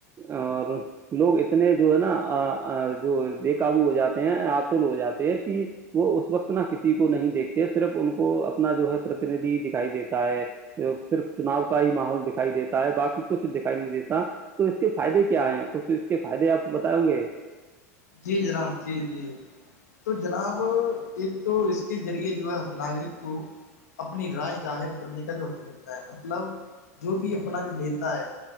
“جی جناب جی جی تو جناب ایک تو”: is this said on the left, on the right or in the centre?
Left